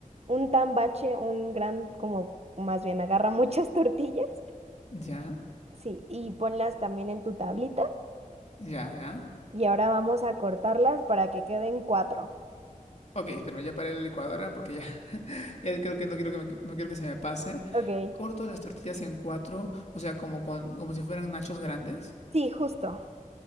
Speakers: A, on the right (about 50°); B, on the left (about 50°).
A: un tambache, un gran, como más bien, agarra muchas <laughs> tortillas.
B: Ya,
A: Sí, y ponlas también en tu tablita.
B: ya, ya.
A: Y ahora vamos a cortarlas para que queden cuatro.
B: Ok, espérame, ya paré la licuadora porque ya, <laughs> ya creo que no quiero que, me- no quiero que se me pase.
A: Ok.
B: Corto las tortillas en cuatro, o sea, como, con, como si fueran nachos grandes.
A: Sí, justo.